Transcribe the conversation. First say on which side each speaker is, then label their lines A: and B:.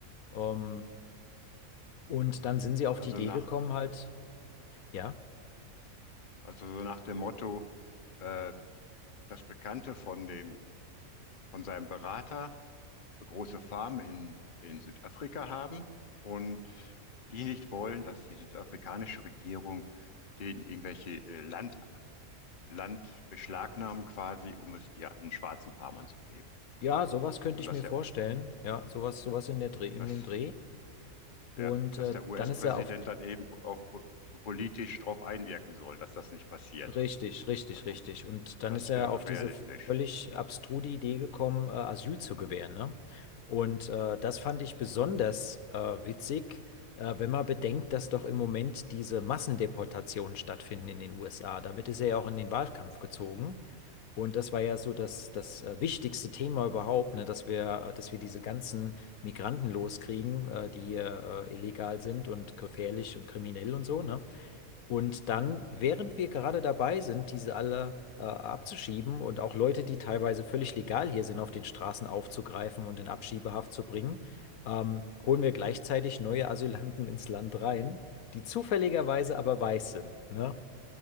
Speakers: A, on the left; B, on the left.
A: Ähm, und dann sind sie auf
B: Also
A: die Idee
B: nach,
A: gekommen, halt, ja,
B: also so nach dem Motto, äh, das Bekannte von dem, von seinem Berater eine große Farm in, in Südafrika haben und die nicht wollen, dass die südafrikanische Regierung denen irgendwelche äh, Land, Land beschlagnahmen quasi, um es dir an schwarzen Farmern zu geben.
A: ja, sowas könnte
B: Und
A: ich
B: dass
A: mir
B: der,
A: vorstellen, ja, sowas, sowas in der Dreh, in
B: dass
A: dem Dreh.
B: Ja,
A: Und
B: dass
A: äh,
B: der US-Präsident
A: dann ist er auf,
B: dann eben auf, so politisch darauf einwirken soll, dass das nicht passiert.
A: Richtig, richtig,
B: Also,
A: richtig. Und dann
B: das
A: ist er
B: wäre
A: auf diese
B: realistisch.
A: völlig abstruse Idee gekommen, äh, Asyl zu gewähren, ne? Und äh, das fand ich besonders äh, witzig, äh, wenn man bedenkt, dass doch im Moment diese Massendeportationen stattfinden in den USA. Damit ist er ja auch in den Wahlkampf gezogen. Und das war ja so das, das äh, wichtigste Thema überhaupt, ne? Dass wir, äh, dass wir diese ganzen Migranten loskriegen, äh, die hier äh, illegal sind und gefährlich und kriminell und so, ne? Und dann, während wir gerade dabei sind, diese alle äh, abzuschieben und auch Leute, die teilweise völlig legal hier sind, auf den Straßen aufzugreifen und in Abschiebehaft zu bringen, ähm, holen wir gleichzeitig neue Asylanten ins Land rein, die zufälligerweise aber weiß sind, ne?